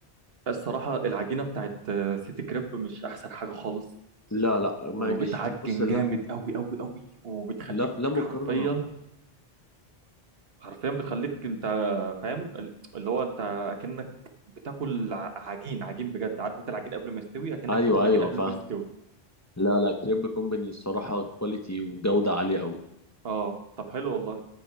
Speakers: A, on the right (about 70°); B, on the left (about 20°).
A: الصراحه العجينه بتاعت آه، سيتي كريب مش احسن حاجه خالص
B: لا لا ما
A: وبتعجن
B: يجيش بص لا
A: جامد قوي قوي قوي وبتخليك
B: لا لا مقارنة
A: حرفيا حرفيا بتخليك انت فاهم ال- اللي هو انت اكنك بتاكل ع- عجين عجين بجد عارف انت العجين قبل ما يستوي اكنك
B: أيوه
A: بتاكل
B: أيوه
A: عجين قبل
B: فاهم
A: ما يستوي
B: لا لا كريب كومباني الصراحة كواليتي وجودة عالية أوي
A: اه طب حلو والله